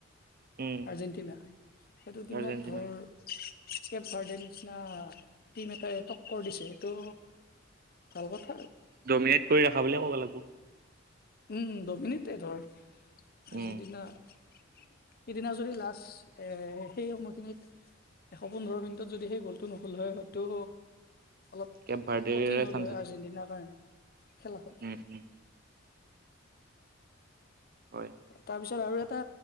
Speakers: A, on the right; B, on the left.
A: উম
B: আৰ্জেণ্টিনা সেইটো টিমক
A: আৰ্জেণ্টিনা
B: ধৰ কেব ভাৰ্ডে নিচিনা টিম এটাই টক্কৰ দিছে এইটো, কাল কথা,
A: ডমিনেট কৰি ৰখা বুলিয়ে ক'ব লাগিব।
B: উম, ডমিনেটেডৰ আৰ্জে
A: উম
B: দিনা সিদিনা যদি লাষ্ট এ সেই সময়খিনিত অ, পোন্ধৰ মিনিটত যদি সেই গ'লটো নহ'ল হয় হয়তো অলপ
A: কেব ভাৰ্ডেৰে
B: কঠিন হল
A: চান্স
B: হয়
A: আছিল
B: আৰ্জেণ্টিনাৰ কাৰণে খেলাখন।
A: উম উম হয়
B: তাৰপিছত আৰু এটা